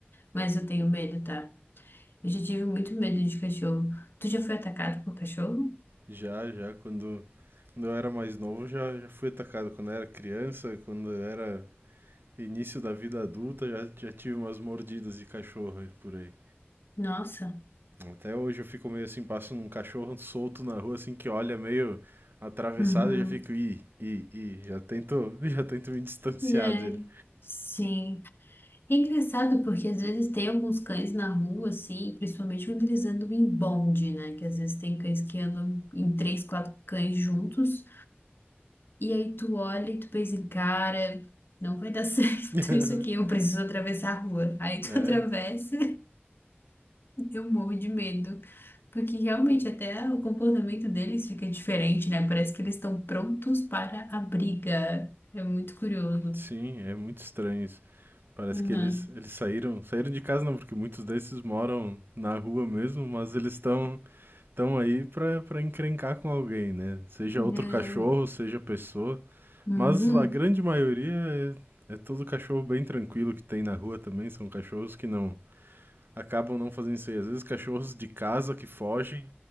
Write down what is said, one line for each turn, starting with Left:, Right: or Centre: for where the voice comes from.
Left: Mas eu tenho medo, tá? Eu já tive muito medo de cachorro. Tu já foi atacado por cachorro?
Right: Já, já, quando, quando eu era mais novo, já, já fui atacado. Quando eu era criança, quando eu era início da vida adulta, já, já tive umas mordidas de cachorro por aí.
Left: Nossa.
Right: Até hoje eu fico meio assim, passo um cachorro solto na rua, assim, que olha meio atravessado,
Left: Uhum.
Right: eu já fico, ih, ih, ih, já tento, <laughs> já tento me distanciar
Left: É.
Right: dele.
Left: Sim. É engraçado porque às vezes tem alguns cães na rua, assim, principalmente quando eles andam em bonde, né? Que às vezes tem cães que andam em três, quatro cães juntos, e aí tu olha e tu pensa, cara, não vai dar <laughs> certo
Right: <laughs>
Left: isso aqui, eu preciso atravessar a rua. Aí tu
Right: É,
Left: <laughs> atravessa, eu morro de medo. Porque realmente até o comportamento deles fica diferente, né? Parece que eles estão prontos para a briga. É muito curioso.
Right: sim, é muito estranho isso. Parece
Left: Uhum.
Right: que eles, eles saíram, saíram de casa não, porque muitos desses moram na rua mesmo, mas eles estão tão aí pra, pra encrencar com alguém, né? Seja
Left: É.
Right: outro cachorro, seja pessoa.
Left: Uhum.
Right: Mas a grande maioria é, é todo cachorro bem tranquilo que tem na rua também, são cachorros que não, acabam não fazendo isso aí. Às vezes cachorros de casa que fogem,